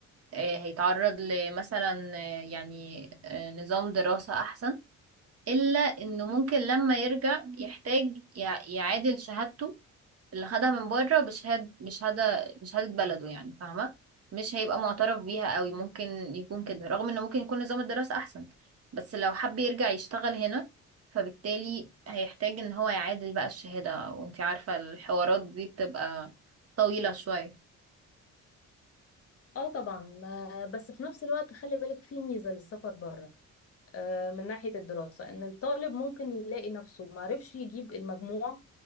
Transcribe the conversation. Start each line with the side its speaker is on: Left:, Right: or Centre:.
Right: آه هيتعرض لمثلا آه، يعني آه نظام دراسة احسن الا انه ممكن لما يرجع يحتاج يع- يعادل شهادته اللي خدها من بره بشهادة بشهادة بشهادة بلده يعني فاهمة مش هيبقى معترف بيها قوي ممكن يكون كده رغم ان ممكن يكون نظام الدراسة احسن بس لو حب يرجع يشتغل هنا فبالتالي هيحتاج ان هو يعادل بقى الشهادة وانتي عارفة الحوارات دي بتبقى طويلة شوية
Left: اه طبعا آه، بس في نفس الوقت خلي بالك في ميزة للسفر بره آه، من ناحية الدراسة ان الطالب ممكن يلاقي نفسه معرفش يجيب المجموع